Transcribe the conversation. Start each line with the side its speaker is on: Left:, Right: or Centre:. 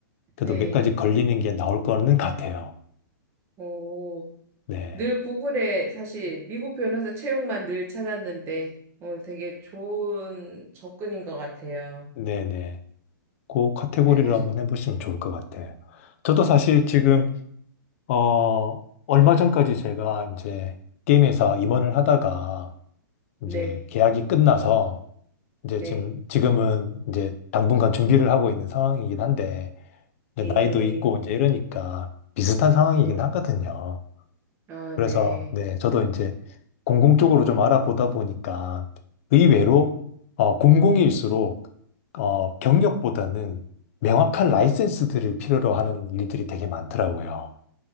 Left: 그래도
Right: 네.
Left: 몇 가지 걸리는 게 나올 거는 같아요.
Right: 오.
Left: 네.
Right: 늘 구글에 사실 미국 변호사 채용만 늘 찾았는데, 어, 되게 좋은 접근인 것 같아요.
Left: 네네. 그 카테고리를
Right: 그 사실,
Left: 한번 해보시면 좋을 것 같아요. 저도 사실 지금, 어, 얼마 전까지 제가 이제 게임 회사 임원을 하다가
Right: 네,
Left: 이제 계약이 끝나서 이제
Right: 네,
Left: 지금 지금은 이제 당분간 준비를 하고 있는 상황이긴 한데 이제
Right: 이,
Left: 나이도 있고 이제 이러니까 비슷한 상황이긴
Right: 네,
Left: 하거든요.
Right: 아,
Left: 그래서
Right: 네.
Left: 네, 저도 이제 공공 쪽으로 좀 알아보다 보니까 의외로 어, 공공일수록 어, 경력보다는 명확한 라이센스들을 필요로 하는 일들이 되게 많더라고요.